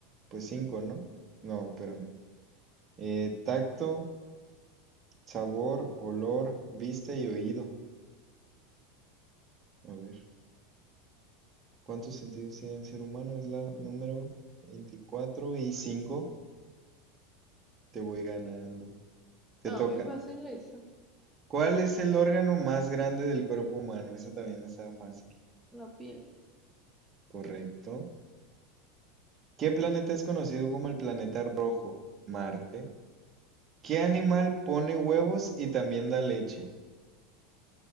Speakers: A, on the right (about 30°); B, in the centre.
A: Pues cinco, ¿no? No, espérame. Eh, tacto, sabor, olor, vista y oído. A ver, ¿cuántos sentidos tiene el ser humano? Es la número 24 y 5. Te voy ganando. Te
B: No,
A: toca.
B: muy fácil esa.
A: ¿Cuál es el órgano más grande del cuerpo humano? Esa también está fácil.
B: La piel.
A: Correcto. ¿Qué planeta es conocido como el planeta rojo? Marte. ¿Qué animal pone huevos y también da leche?